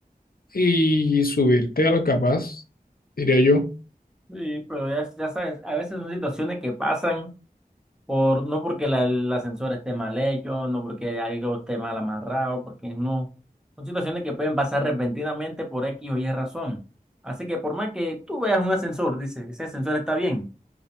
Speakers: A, on the left; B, in the centre.
A: y subirte a lo capaz, diría yo.
B: Sí, pero ya, ya sabes, a veces son situaciones que pasan por, no porque la- el ascensor esté mal hecho, no porque algo esté mal amarrado, porque no. Son situaciones que pueden pasar repentinamente por X o Y razón. Así que por más que tú veas un ascensor, dices, ese ascensor está bien,